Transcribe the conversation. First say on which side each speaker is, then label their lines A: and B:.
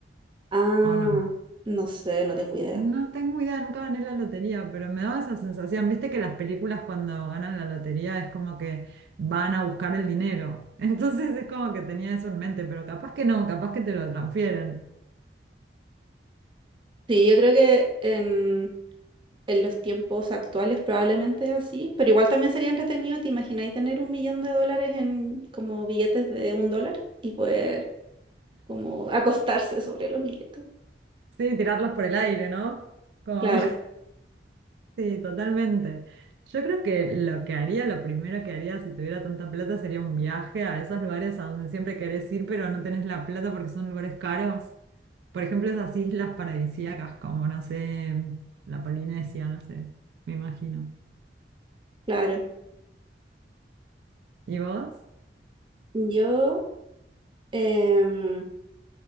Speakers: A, on the right (about 30°); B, on the right (about 65°).
A: Ah,
B: ¿o no?
A: no sé, no tengo idea.
B: No tengo idea, nunca gané la lotería, pero me daba esa sensación. Viste que las películas cuando ganan la lotería es como que van a buscar el dinero. <laughs> Entonces es como que tenía eso en mente, pero capaz que no, capaz que te lo transfieren.
A: Sí, yo creo que en, en los tiempos actuales probablemente es así, pero igual también sería entretenido, ¿te imagináis tener un millón de dólares en como billetes de un dólar y poder como <laughs> acostarse sobre los billetes?
B: Sí, tirarlos por el aire, ¿no? Como...
A: Claro,
B: Sí, totalmente. Yo creo que lo que haría, lo primero que haría si tuviera tanta plata sería un viaje a esos lugares a donde siempre querés ir, pero no tenés la plata porque son lugares caros. Por ejemplo, esas islas paradisíacas como, no sé, la Polinesia, no sé, me imagino.
A: claro.
B: ¿Y vos?
A: Yo... em,